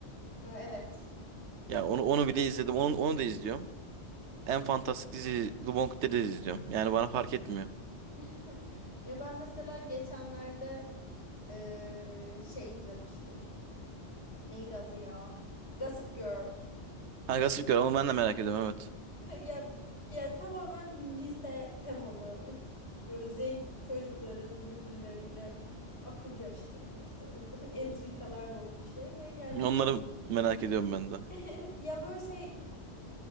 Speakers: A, on the left; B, on the right.
A: Ee, Evet.
B: Ya onu onu bile izledim. Onu, onu da izliyorum. En
A: Hı.
B: fantastik dizi The Walking Dead'i de izliyorum. Yani bana fark etmiyor.
A: <laughs> Ya ben mesela geçenlerde eee, şey izlemiştim. Neydi adı ya? Gossip Girl.
B: Ha Gossip Girl onu ben de merak ediyorum evet.
A: <laughs> Ya ya tamamen lise temalı. <laughs> Böyle zengin çocukların birbirleriyle akıl yarıştırması, <laughs> entrikalar dolu bir şey ve yani
B: <laughs> Onları merak ediyorum ben de.
A: <laughs> ya böyle şey